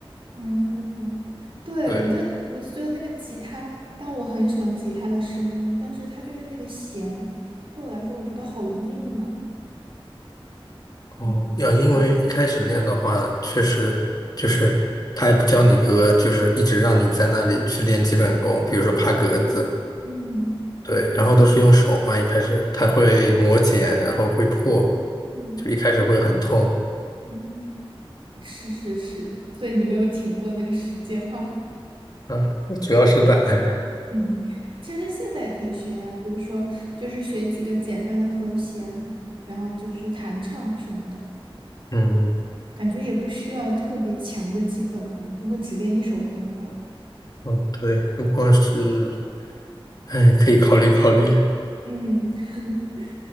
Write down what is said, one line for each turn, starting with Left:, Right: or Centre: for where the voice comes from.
Right: 嗯，嗯对，
Left: 对，
Right: 我就我就觉得那个吉他，但我很喜欢吉他的声音，但是它就是那个弦，对我来说，我觉得好硬啊。
Left: 哦，
Right: 嗯嗯
Left: 要因为一开始练的话，确实就是他也不教你歌，就是一直让你在那里去练基本功，比如说爬格子，
Right: 嗯
Left: 对，然后都是用手嘛，一开始他会磨茧，
Right: 嗯，
Left: 然后会破，
Right: 嗯对，
Left: 就一开始会很痛
Right: 嗯，是是是，所以你没有挺过那个时间哈。<laughs>
Left: 啊，主要是懒。<laughs>
Right: 嗯，其实现在也可以学呀，比如说就是学几个简单的和弦，然后就是弹唱什么的，
Left: 嗯，
Right: 感觉也不需要特别强的基本功，如果只练一首歌的话。
Left: 哦对，如果是，哎，可以考虑考虑。
Right: 嗯，<laughs>